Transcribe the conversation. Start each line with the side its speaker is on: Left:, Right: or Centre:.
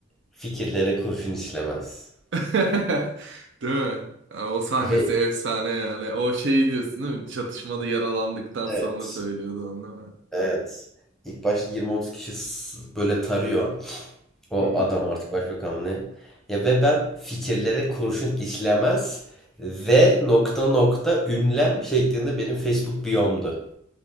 Centre: fikirlere kurşun işlemez.
Right: <laughs> Değil mi? Yani o sahnesi
Centre: Ve
Right: efsane yani. O şey diyorsun değil mi? Çatışmada yaralandıktan
Centre: Evet.
Right: sonra söylüyordu onu değil mi?
Centre: evet İlk başta 20-30 kişi s- böyle tarıyor. O
Right: Hı-hı.
Centre: adam artık başbakan ne? Ya ve ben fikirlere kurşun işlemez ve nokta nokta ünlem şeklinde benim Facebook biyomdu.